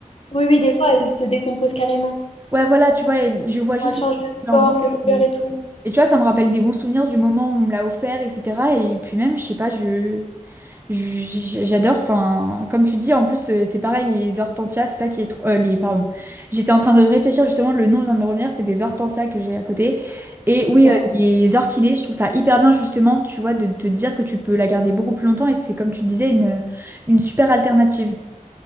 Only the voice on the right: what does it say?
Ouais, voilà, tu vois, elle- je vois juste
que c'est une
fleur
bouquet.
Et,
et tu vois, ça me rappelle des bons souvenirs du moment où on me l'a offert, etc. Et puis même, je sais pas, je. J- J'adore, enfin, comme tu dis, en plus, euh, c'est pareil, les hortensias, c'est ça qui est trop. euh, les, pardon. J'étais en train de réfléchir justement, le nom vient de me revenir, c'est des hortensias que j'ai à côté. Et
oui,
euh, les orchidées, je trouve ça hyper bien justement, tu vois, de te dire que tu peux la garder beaucoup plus longtemps et c'est comme tu disais, une, une super alternative.